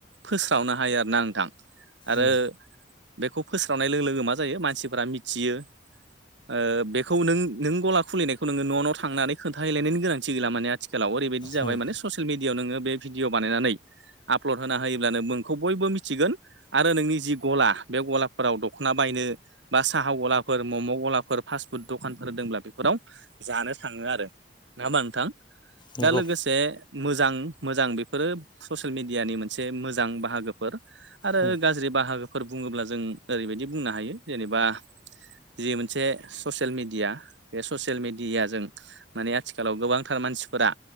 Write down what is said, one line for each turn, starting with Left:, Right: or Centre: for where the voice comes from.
Right: फोस्रावनो हायो आरोना नोंथां आरो
Left: उम
Right: बेखौ फोस्रावनाय लोगो लोगो मा जायो मानसिफोरा मिथियो। ओ बेखौ नों नों गला खुलिनायखौ नोङो न' न' थांनानै खोनथाहैलायनायनि गोनांथि गैला माने आथिखालाव ओरैबायदि जाबाय
Left: उम
Right: माने ससियेल मिडियाआव नोङो बे भिडिअ' बानायनानै आपलड होना होयोब्लानो नोंखौ बयबो मिथिगोन। आरो नोंनि जि गला बे गलाफोराव दख'ना बायनो बा साहा गलाफोर मम' गलाफोर फास्ट फुद दखानफोर दोङोब्ला बेफोराव जानो थाङो आरो नङा होमबा नोंथां
Left: नंगौ
Right: दा लोगोसे मोजां मोजां बेफोरो ससियेल मेडियानि मोनसे मोजां बाहागोफोर। आरो
Left: उम
Right: गाज्रि बाहागोफोर बुङोब्ला जों ओरैबायदि बुंनो हायो जेनेबा जि मोनसे ससियेल मिडिया बे ससियेल मिडियाजों माने आथिखालाव गोबांथार मानसिफोरा